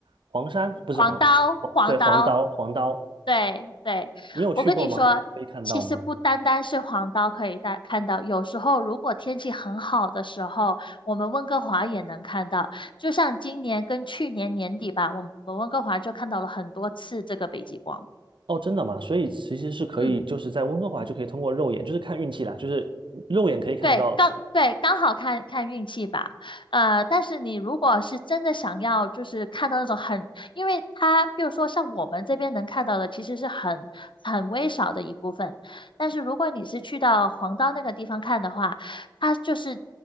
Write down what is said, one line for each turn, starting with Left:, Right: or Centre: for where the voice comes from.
Right: 黄山，不是黄黄，
Left: 黄刀，黄刀，
Right: 对，黄刀黄刀，
Left: 对对，
Right: 你有去过吗？
Left: 我跟你说，
Right: 可以看到吗？
Left: 其实不单单是黄刀可以大看到，有时候如果天气很好的时候，我们温哥华也能看到。就像今年跟去年年底吧，我们温哥华就看到了很多次这个北极光。
Right: 哦，真的吗？所以其实是可以，
Left: 嗯。
Right: 就是在温哥华就可以通过肉眼，就是看运气啦，就是肉眼可以看得到。
Left: 对，刚对刚好看看运气吧。呃，但是你如果是真的想要，就是看到那种很，因为它，比如说像我们这边能看到的，其实是很很微少的一部分。但是如果你是去到黄刀那个地方看的话，它就是